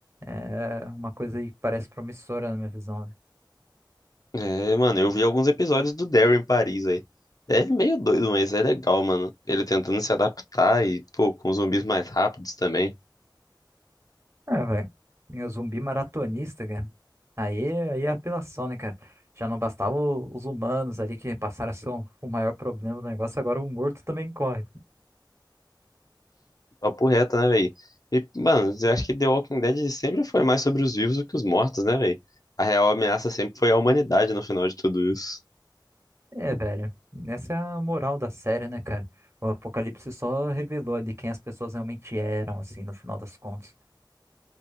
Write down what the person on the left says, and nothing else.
É, mano, eu vi alguns episódios do Daryl em Paris aí. É meio doido, mas é legal, mano. Ele tentando se adaptar e, pô, com zumbis mais rápidos também.
Papo reto, né, velho? E, mano, eu acho que The Walking Dead sempre foi mais sobre os vivos do que os mortos, né, velho? A real ameaça sempre foi a humanidade no final de tudo isso.